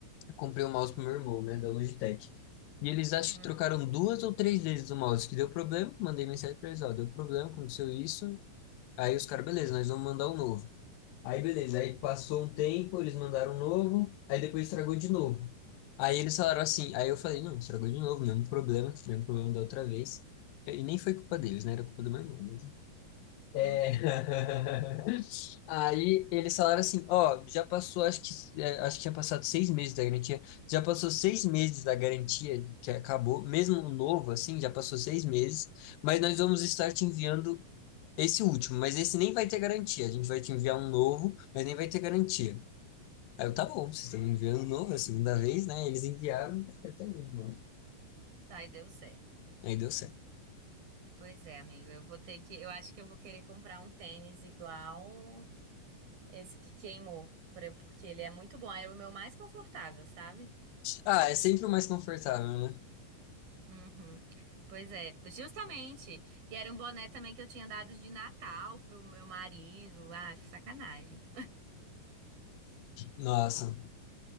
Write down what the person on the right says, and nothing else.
Hum.
Hum.
Uhum.
Aí deu certo.
Pois é, amigo, eu vou ter que, eu acho que eu vou querer comprar um tênis igual esse que queimou, pra- porque ele é muito bom, era o meu mais confortável, sabe?
Uhum. Pois é, justamente. E era um boné também que eu tinha dado de Natal pro meu marido. Ah, que sacanagem.